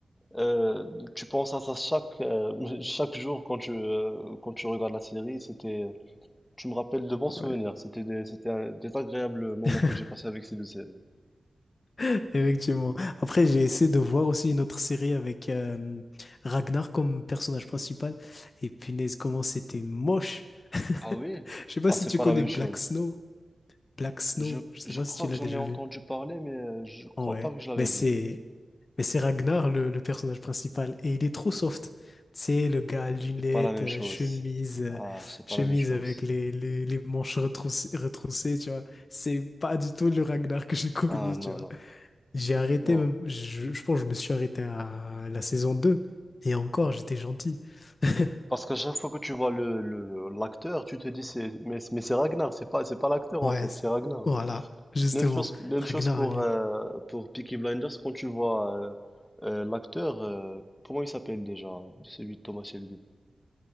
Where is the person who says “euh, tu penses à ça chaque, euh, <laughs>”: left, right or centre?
Left